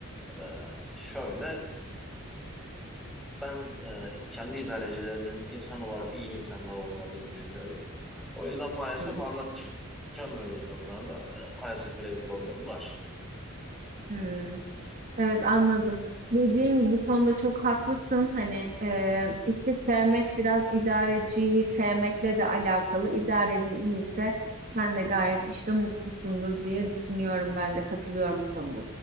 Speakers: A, in the centre; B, on the right (about 40°).
A: e, şöyle ben e, kendi idarecilerimin insan olarak iyi insanlar olmadığını düşünüyorum. O yüzden maalesef
B: Hıı.
A: anlaşamıyoruz onlarla. E, maalesef öyle bir problemim var.
B: Hıı. Evet anladım. Dediğim gibi bu konuda çok haklısın. Hani eee işte sevmek biraz idareciyi sevmekle de alakalı. İdarecin iyiyse sen de gayet işte mutlusundur diye düşünüyorum ben de katılıyorum bu konuda